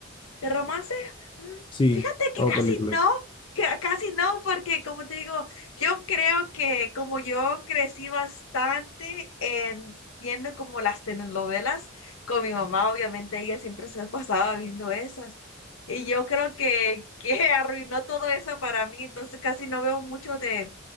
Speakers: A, on the left (about 75°); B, on the left (about 25°).
A: De romance, mm,
B: Sí,
A: fíjate que
B: o
A: casi
B: películas.
A: no, que casi no, porque como te digo, yo creo que como yo crecí bastante en viendo como las telenovelas con mi mamá, obviamente ella siempre se pasaba viendo esas. Y yo creo que, que <laughs> arruinó todo eso para mí, entonces casi no veo mucho de,